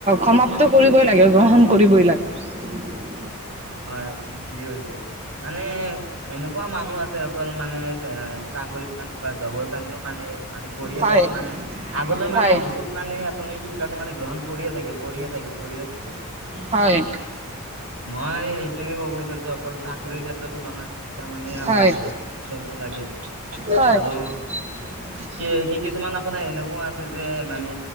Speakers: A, on the right; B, on the right.
A: সমাপ্ত কৰিবই লাগে গ্ৰহণ কৰিবই লাগে। উ <unintelligible>
B: হয় আপুনি ঠিকেই কৈছে মানে এনেকুৱা মানুহ আছে অকল মানে। হয়। চাকৰিৰ কাৰণে বা জবৰ কাৰণেও মানে মানে পঢ়িয়ে
A: হয়
B: থাকে মানে আগলৈ
A: হয়
B: মানে বহুত মানে আপুনি সে শিক্ষাটো মানে গ্ৰহণ কৰিয়ে থাকে পঢ়িয়ে থাকে পঢ়িয়ে থাকে।
A: হয়
B: আই এইটোয়ে কব তেতো অকল চাকৰিৰ ক্ষেত্ৰতো নহয় শিক্ষা মানে আমাৰ
A: হয়
B: বহুতে লাগে
A: হয়
B: আৰু
A: <unintelligible>
B: কে কি কিছুমান আপোনাৰ এনেকুৱা আছে যে মানে